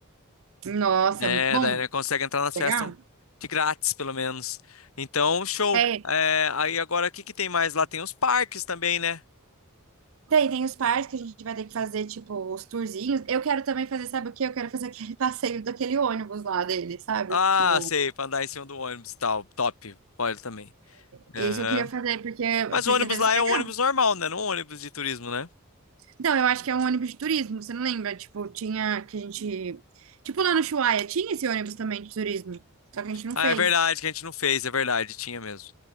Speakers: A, on the right (about 65°); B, on the left (about 65°).
A: Nossa,
B: É,
A: muito bom.
B: daí ele consegue entrar nas festas
A: Legal.
B: de grátis, pelo menos. Então, show.
A: É,
B: É, aí agora, o que que tem mais lá? Tem os parques também, né?
A: Tem, tem os parques que a gente vai ter que fazer, tipo, os tourzinhos. Eu quero também fazer, sabe o quê? Eu quero fazer aquele <laughs> passeio daquele ônibus lá dele, sabe?
B: Ah,
A: O,
B: sei, pra andar em cima do ônibus e tal. Top, olha também.
A: esse
B: Aham.
A: eu queria fazer porque,
B: Mas
A: porque
B: o ônibus
A: deve
B: lá
A: ser
B: é
A: legal.
B: um ônibus normal, né? Não um ônibus de turismo, né?
A: não eu acho que é um ônibus de turismo, você não lembra? Tipo, tinha que a gente. Tipo, lá no Ushuaia, tinha esse ônibus também de turismo, só que a gente não
B: Ah,
A: fez.
B: é verdade que a gente não fez, é verdade, tinha mesmo.